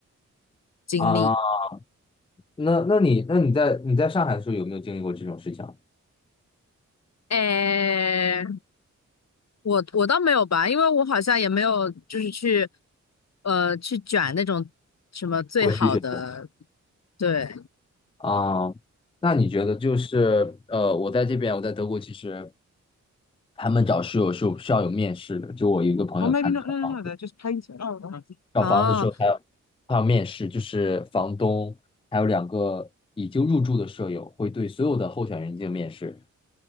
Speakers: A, on the left (about 60°); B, on the left (about 20°).
A: 经历。
B: 啊。那那你那你在你在上海的时候有没有经历过这种事情啊
A: 诶，我我倒没有吧，因为我好像也没有就是去呃去卷那种什么最好的，
B: 我去继续。
A: 对，
B: 啊，那你觉得就是呃，我在这边，我在德国，其实他们找室友是有需要有面试的。就我有一个朋友，
A: o maybe
B: 他找房子，
A: not. No, no, no. t h e y just painted. Oh, o h
B: 找房子的时候还要
A: 哦，
B: 还要面试，就是房东还有两个已经入住的舍友会对所有的候选人进行面试，